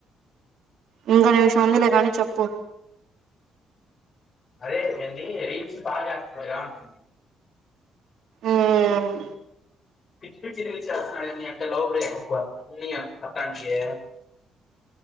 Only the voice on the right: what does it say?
ఇరవై నిమిషం అందిలే కానీ చెప్పు,
ఉమ్